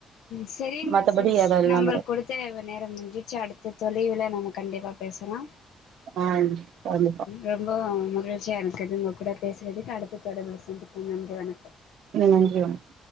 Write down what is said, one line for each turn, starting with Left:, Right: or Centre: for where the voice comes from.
Left: சேரிங்க
Right: மத்தபடி
Left: சிஸ்
Right: அத எல்லா
Left: நம்பர் குடுத்து தேவ நேரோ முடின்ச்சுச்சீ அடுத்த தொலைவுல நம்ம கண்டிப்பா பேசலா
Right: ஆன்ஜ் கண்டிப்பா
Left: ரொம்போ மகிழ்ச்சியா இருக்குது உங்க கூட பேசுரதுக்கு அடுத்த தொடர்புல்ல சந்திபோம் நன்றி வணக்கம்
Right: ந நன்றி வணக்கம்